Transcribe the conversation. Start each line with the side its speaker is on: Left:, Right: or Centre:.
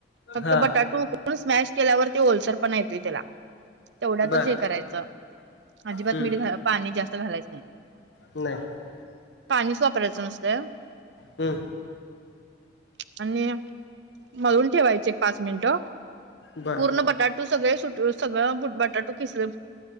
Right: फक्त
Left: हा
Right: बटाटू उकडून स्मॅश केल्यावर ते ओलसर पण येतोय त्याला तेवढ्यातच
Left: बर
Right: हे करायचं. अजिबात
Left: हम्म
Right: मीठ घाल पाणी जास्त घालायच नाही.
Left: नाही.
Right: पाणीच वापरायचं नसतं.
Left: हम्म
Right: आणि मळून ठेवायचं एक पाच मिनिट.
Left: बर
Right: पूर्ण बटाटू सगळे सुट सगळं बटाटू खिसले.